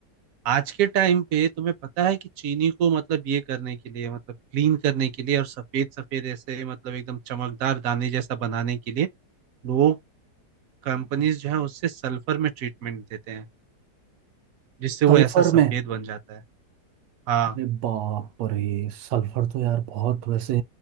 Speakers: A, on the right; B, on the right.
A: आज के टाइम पे तुम्हें पता है कि चीनी को मतलब ये करने के लिए मतलब क्लीन करने के लिए और सफेद सफेद ऐसे मतलब एकदम चमकदार दाने जैसा बनाने के लिए लोग कंपनीज जो है उससे सल्फर में ट्रीटमेंट देते हैं जिससे वो
B: सल्फर
A: ऐसा सफेद
B: में
A: बन जाता है हाँ
B: अरे बाप रे सल्फर तो यार बहुत वैसे